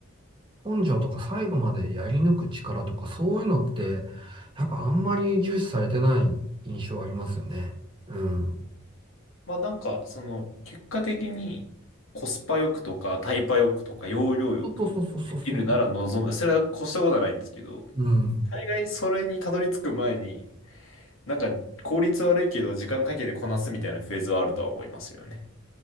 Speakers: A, on the right; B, on the left.
A: 根性とか最後までやり抜く力とかそういうのって、やっぱあんまり重視されてない印象ありますよね。うん。
B: まあなんか、その、結果的にコスパ欲くとかタイパ欲くとか容量欲くできるなら望む。
A: そうそうそうそうそうそ
B: それは越したことはないんですけど、
A: う。うん。
B: 大概それにたどり着く前に、なんか効率悪いけど時間かけてこなすみたいなフェーズはあるとは思いますよね。